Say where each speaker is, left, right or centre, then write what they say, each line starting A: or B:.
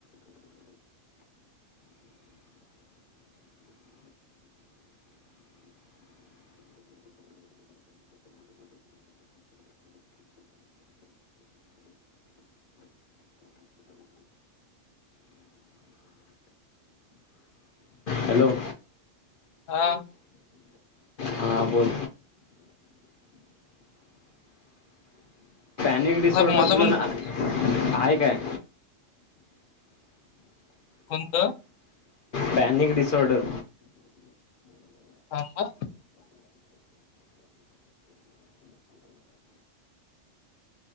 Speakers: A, on the left (about 60°); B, on the left (about 85°).
A: हॅलो
B: हा
A: हां बोल अनेक डिसऑर्डर
B: मला मला
A: तुला
B: पण
A: ना हाय काय?
B: कोणतं
A: पॅनिक डिसऑर्डर
B: थांबा